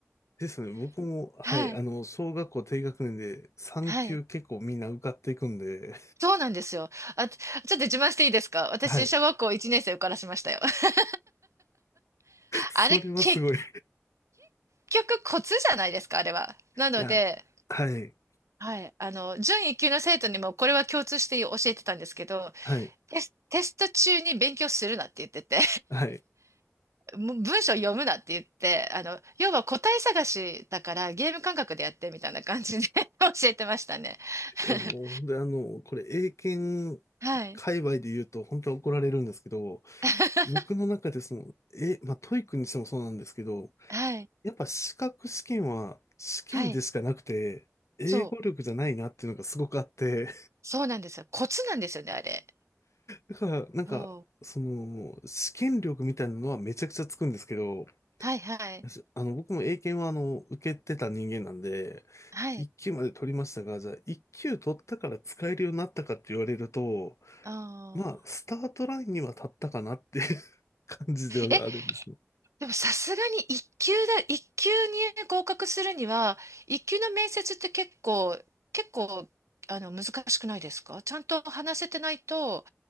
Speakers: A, on the left; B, on the right.
A: ですね、僕も、はい、
B: はい。
A: あの、小学校低学年で3級結構みんな受かっていくんで、
B: はい。そうなんですよ。あ、ちょっと自慢していいですか私、
A: はい。
B: 小学校1年生受からしましたよ。<laughs>
A: それはすごい。
B: あれ、け、結
A: い
B: 局コツじゃないですか、あれは。なので、
A: や、はい、
B: はい、あの、準一級の生徒にもこれは共通して教えてたんですけど、
A: はい、
B: テス、テスト中に勉強するなって言ってて、
A: はい。
B: <laughs> もう文章読むなって言って、あの、要は答え探しだからゲーム感覚でやってみたいな感じで <laughs> 教えてましたね。
A: いや、
B: <laughs>
A: もう、本当にあの、これ、英検
B: はい。
A: 界隈で言うと、本当は怒られるんですけど、
B: <laughs>
A: 僕の中でその、え、まあ、トイックにしてもそうなんですけど、
B: はい。
A: やっぱ資格試験は試験でしかなくて、
B: はい。
A: 英語力じゃないなっていうのがすごくあって、
B: そう。そうなんですよ。コツなんですよね、あれ。
A: だから、なんか、
B: そう。
A: その、試験力みたいなのはめちゃくちゃつくんですけど、
B: はいはい。
A: すあの、僕も英検はあの、受けてた人間なんで、
B: はい。
A: 1級まで取りましたが、じゃあ1級取ったから使えるようになったかって言われると、
B: あ
A: まあ、
B: あ。
A: スタートラインには立ったかなっていう <laughs> 感じではあるんですね。
B: え、でもさすがに一級だ、一級に合格するには、一級の面接って結構、結構、あの、難しくないですかちゃんと話せてないと